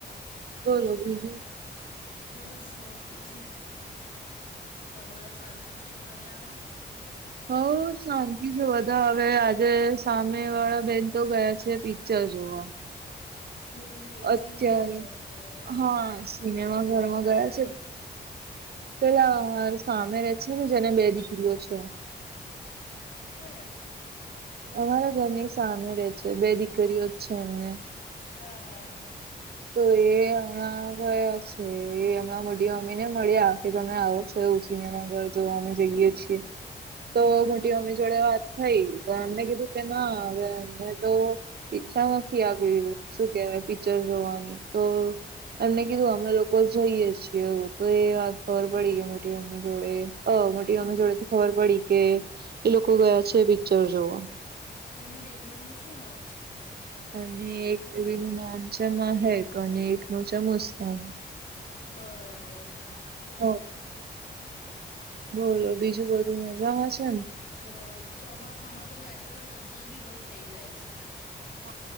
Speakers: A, on the right; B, on the left.
A: બોલો બીજું?
B: બસ શાંતિ છે, તમારે શાંતિ છે ફર્યામાં?
A: હઉ શાંતિ છે બધા હવે આજે સામે વાળા બેન તો ગયા છે પિક્ચર જોવા.
B: મૂવી સિનેમાઘરમાં
A: અત્યારે,
B: ગયા હશે.
A: હા સિનેમા ઘરમાં
B: કયા
A: ગયા
B: બેન
A: છે. <inaudible> પેલા સામે રે છે ને જેને બે દીકરીઓ છે.
B: ક- કયા?
A: અમારા ઘરની સામે રહે છે બે દીકરીઓ જ છે એમને.
B: હા હા હા.
A: તો એ હમણાં ગયા છે હમણાં મોટી મમ્મી ને મળ્યા. કે તમે આવો છો ઉસીનેના ઘર જોવા અમે જઈએ છીએ, તો મોટી મમ્મી જોડે વાત ભઈ પણ અમને કીધું કે ના અમે તો ઈચ્છા શું કેવાય પિક્ચર જોવાની તો, એમને કીધું અમે લોકો જઈએ છીએ હ તો એ વાત ખબર પડી ગઈ મોટીમ જોડે અ મોટી મમ્મી જોડે થી ખબર પડી કે, એ લોકો ગયા છે પિક્ચર જોવા.
B: એમની બેબીઓનું શું નામ છે?
A: અને એક બેબી નું નામ છે, મહેક અને એકનું છે મુસ્કાન.
B: બરાબર.
A: હ, બોલો બીજું, બધું મજામાં છે ને?
B: અ ચોમાસામાં તો ગાડીઓના પંચર બી બહુ થઇ જાય છે.
A: હ,